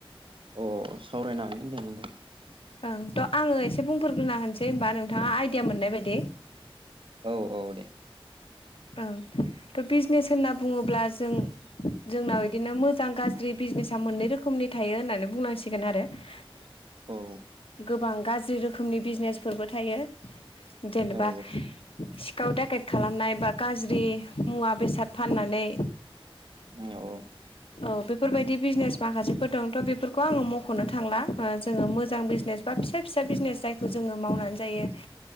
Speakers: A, on the right (about 60°); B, on the left (about 70°).
A: अ सावरायनो हागोन दे नोंथां
B: ओं थ' आङो एसे बुंफोरग्रोना होनोसै होनबा नोंथाङा आइडिया मोननाय बायदि
A: औ औ दे
B: ओं थ' बिजनेस होनना बुङोब्ला जों जोंनाव बिदिनो मोजां गाज्रि बिजनेसा मोननै रोखोमनि थायो होननानै बुंनांसिगोन आरो <unintelligible>
A: औ
B: गोबां गाज्रि रोखोमनि बिजनेसफोरबो थायो जेनेबा
A: औ
B: सिखाव दागेद खालामनाय बा गाज्रि मुवा बेसाद फाननानै
A: औ औ
B: औ बेफोरबायदि बिजनेस माखासेफोर दंथ' बेफोरखौ आङो मख'नो थांला जोङो मोजां बिजनेस बा फिसा फिसा बिजनेस जायखौ जोङो मावनानै जायो